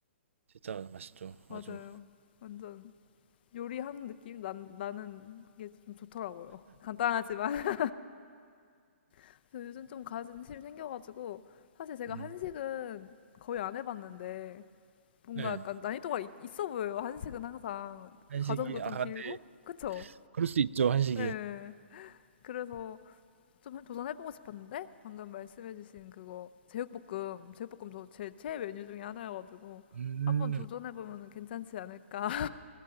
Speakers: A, on the right (about 85°); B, on the left (about 50°).
A: 진짜 맛있죠.
B: 맞아요.
A: 아주.
B: 완전 요리하는 느낌 난, 나는 이게 좀 좋더라고요. 간단하지만. <laughs> 요즘 좀 관심이 생겨가지고 사실 제가
A: 음,
B: 한식은 거의 안 해봤는데 뭔가
A: 네.
B: 약간 난이도가 있, 있어 보여요. 한식은 항상
A: 한식이
B: 과정도 좀
A: 아
B: 길고
A: 근데
B: 그쵸?
A: 그럴 수 있죠 한식이.
B: 예. 그래서 좀 도전해보고 싶었는데 방금 말씀해주신 그거 제육볶음 제육볶음 저 제 최애 메뉴 중에 하나여가지고
A: 음.
B: 한번 도전해보면 괜찮지 않을까.